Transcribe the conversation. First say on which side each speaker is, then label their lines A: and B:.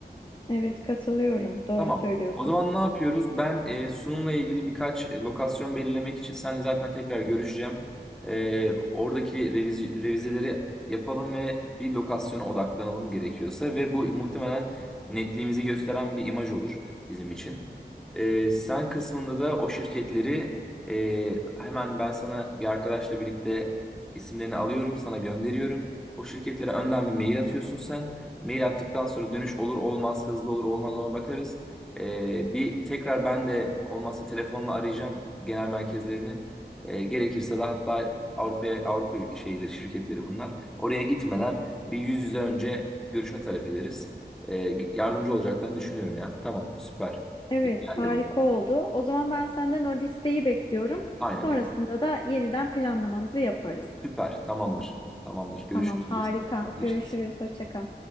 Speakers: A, on the left; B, in the centre.
A: Evet katılıyorum. Doğru
B: Tamam.
A: söylüyorsun.
B: O zaman ne yapıyoruz? Ben e, sunumla ilgili birkaç e, lokasyon belirlemek için seninle zaten tekrar görüşeceğim. E, oradaki reviz- revizeleri yapalım ve bir lokasyona odaklanalım gerekiyorsa ve bu muhtemelen netliğimizi gösteren bir imaj olur bizim için. E, sen kısmında da o şirketleri e, hemen ben sana bir arkadaşla birlikte isimlerini alıyorum, sana gönderiyorum. O şirketlere önden bir mail atıyorsun sen. Mail attıktan sonra dönüş olur olmaz, hızlı olur olmaz ona bakarız. Ee, bir tekrar ben de olmazsa telefonla arayacağım genel merkezlerini. Ee, gerekirse de hatta Avrupa'ya Avrupa şeyleri şirketleri bunlar. Oraya gitmeden bir yüz yüze önce görüşme talep ederiz. Ee, yardımcı olacaklarını düşünüyorum ya. Tamam, süper.
A: Evet
B: İyi
A: harika
B: geldi bu.
A: oldu. O zaman ben senden o listeyi bekliyorum.
B: Aynen
A: Sonrasında
B: öyle.
A: da yeniden planlamamızı yaparız.
B: Süper, tamamdır. Tamamdır. Görüşürüz.
A: Tamam, harika.
B: Tamamdır.
A: Görüşürüz. Hoşça kal.